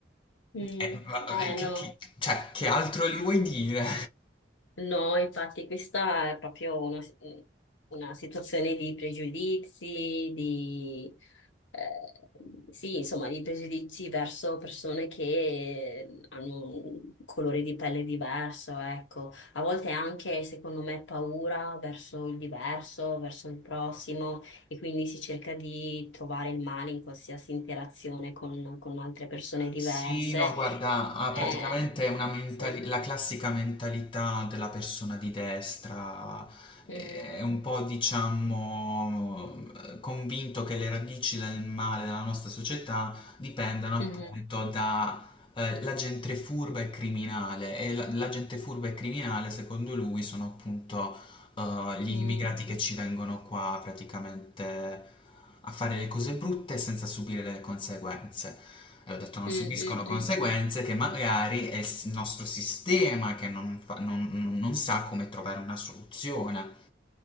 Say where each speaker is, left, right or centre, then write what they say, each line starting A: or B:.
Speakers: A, on the left; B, on the left.
A: Mm,
B: E-
A: eh,
B: e che-
A: no,
B: che- cioè, che altro gli vuoi dire?
A: no, infatti questa è proprio una, una situazione di pregiudizi, di, eh, sì, insomma, di pregiudizi verso persone che mm, hanno un colore di pelle diverso, ecco. A volte anche, secondo me, paura verso il diverso, verso il prossimo, e quindi si cerca di trovare il male in qualsiasi interazione con con altre persone diverse
B: Sì, no, guarda, ha
A: Eh,
B: praticamente una mentali-
A: sì.
B: la classica mentalità della persona di destra, è
A: Mm,
B: un po', diciamo, convinto che le radici del male della nostra società dipendano appunto
A: mhm,
B: da eh, la gente furba e criminale, e la, la gente furba e criminale, secondo lui, sono appunto eh, gli
A: mm,
B: immigrati che ci vengono qua praticamente a fare le cose brutte senza subire le conseguenze. E ho detto non
A: mm,
B: subiscono
A: mm,
B: conseguenze
A: mm.
B: che magari è il s- nostro sistema che non fa- non- non sa come trovare una soluzione